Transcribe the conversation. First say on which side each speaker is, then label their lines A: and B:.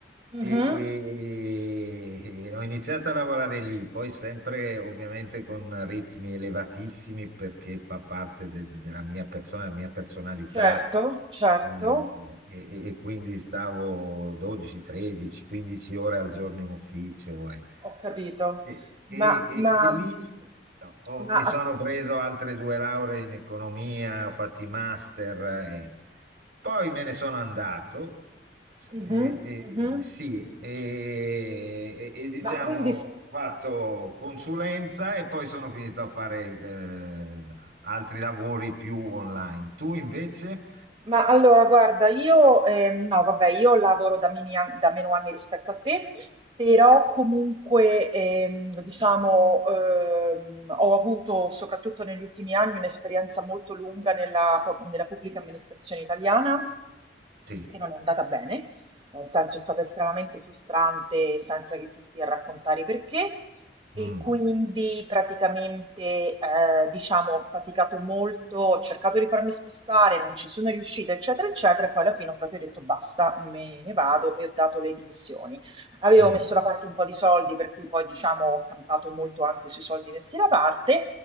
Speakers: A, on the right; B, on the right.
A: mhm,
B: e, e- e ho iniziato a lavorare lì, poi sempre ovviamente con ritmi elevatissimi perché fa parte de- della mia persona, della mia personalità
A: Certo, certo,
B: eh, e, e- e quindi stavo 12, 13, 15 ore al giorno in ufficio. eh.
A: ho capito.
B: E, e-
A: Ma,
B: e-
A: ma,
B: e lì
A: mm,
B: ho-
A: ma,
B: mi
A: as-
B: sono preso altre due lauree in economia, ho fatto i master. eh. Poi me ne sono andato.
A: mhm,
B: Eh,
A: mhm.
B: eh, sì, e, e- e diciamo
A: Ma quindi
B: ho fatto consulenza e poi sono finito a fare eh, altri lavori più online. Tu invece?
A: Ma allora guarda, io ehm, no, vabbè, io lavoro da, mini an- da meno anni rispetto a te, però comunque ehm, diciamo ehm, ho avuto soprattutto negli ultimi anni un'esperienza molto lunga nella, pu- nella pubblica amministrazione italiana,
B: Sì.
A: che non è andata bene, nel senso è stata estremamente frustrante senza che ti stia a raccontare i perché. E
B: Mm,
A: quindi praticamente, ehm, diciamo ho faticato molto, ho cercato di farmi spostare, non ci sono riuscita, eccetera, eccetera, e poi alla fine ho proprio detto basta, me ne vado e ho dato le dimissioni. Avevo
B: mm.
A: messo da parte un po' di soldi, per cui poi diciamo ho campato molto anche sui soldi messi da parte.